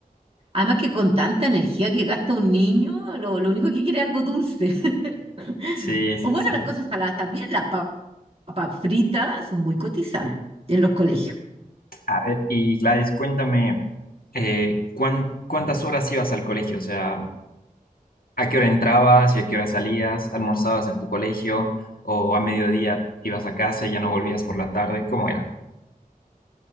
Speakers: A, on the right; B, on the left.
A: Además que con tanta energía que gasta un niño, lo, lo único que quiere es algo dulce. <laughs>
B: Sí, sí,
A: O bueno,
B: sí.
A: las cosas saladas también, las pa- papas fritas son muy cotizadas en los colegios.
B: A ver, y Gladys, cuéntame, eh, ¿cuán- cuántas horas ibas al colegio? O sea, ¿A qué hora entrabas y a qué hora salías? ¿Almorzabas en tu colegio o a mediodía ibas a casa y ya no volvías por la tarde? ¿Cómo era?